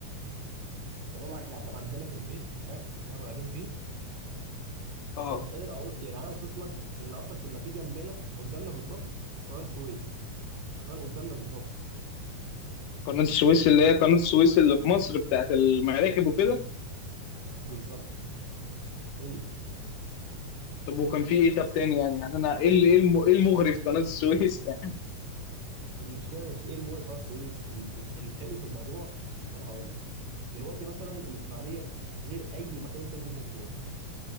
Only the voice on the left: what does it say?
اه
قناه السويس اللي هي قناه السويس اللي في مصر بتاعت المراكب وكده
طب وكان في ايه طب تاني يعني يعني انا ايه اللي ايه الم- إيه المغري في قناه السويس يعني